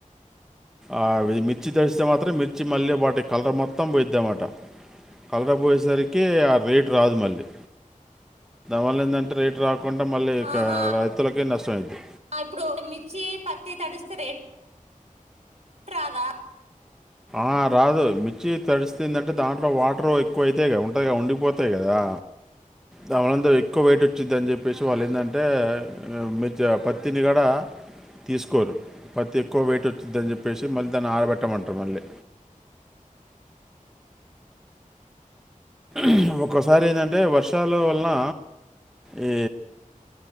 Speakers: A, in the centre; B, on the right.
A: అది మిర్చి తడిస్తే మాత్రం మిర్ మళ్ళీ వాటి కలర్ మొత్తం పోయిద్ద అమాట కలర్ పోయేసరికి కేయా రేట్ రాదు మళ్ళీ మళ్లీ ఏందంటే రేటు రాకుంటే మళ్ళీ క
B: ఆహా
A: రైతులకె నష్టమైద్ది
B: ఇప్పుడు మిర్చి పత్తి తడిస్తే రేట్ రాదా
A: ఆ రాదు మిర్చి తడిస్తుందంటే దాంట్లో వాటర్ ఎక్కువ క ఉండిపోతాయి కదా దాంతో ఎక్కువ వైట్ వచ్చిది అని చెప్పేసి వాళ్ళు ఏంటంటే మీ పత్తిని కాడా తీసుకోరు పత్తి ఎక్కువ వెయిట్ వచ్చందని చెప్పేసి మళ్ళీ దాన్ని ఆరబెట్టమంటారు మళ్ళీ ఈ ఒక్కోసారి ఏంటంటే వర్షాలు వలన ఈ